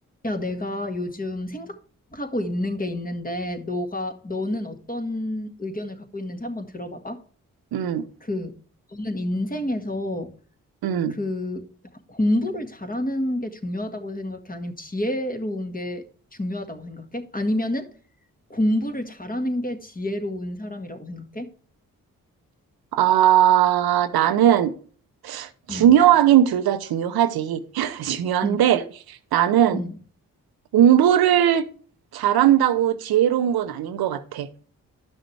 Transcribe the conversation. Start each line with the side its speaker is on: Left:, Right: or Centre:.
Left: 야, 내가 요즘 생각하고 있는 게 있는데, 너가, 너는 어떤 의견을 갖고 있는지 한번 들어봐봐.
Right: 음,
Left: 그, 너는 인생에서
Right: 음.
Left: 그 공부를 잘하는 게 중요하다고 생각해? 아니면 지혜로운 게 중요하다고 생각해? 아니면은 공부를 잘하는 게 지혜로운 사람이라고 생각해?
Right: 아, 나는 중요하긴
Left: 응,
Right: 둘 다 중요하지. <laughs> 중요한데
Left: 응,
Right: 음. 나는
Left: 응.
Right: 공부를 잘한다고 지혜로운 건 아닌 것 같아.